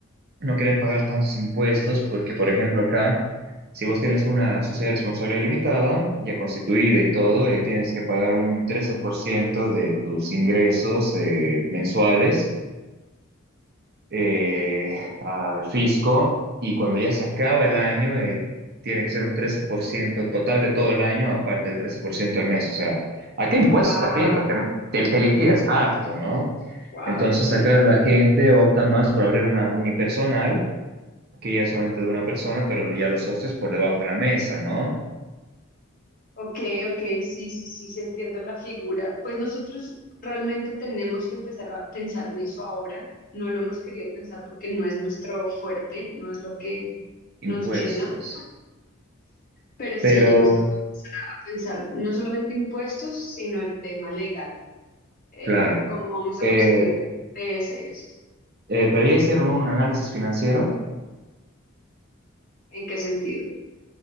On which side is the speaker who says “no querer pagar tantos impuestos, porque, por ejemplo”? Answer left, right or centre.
Right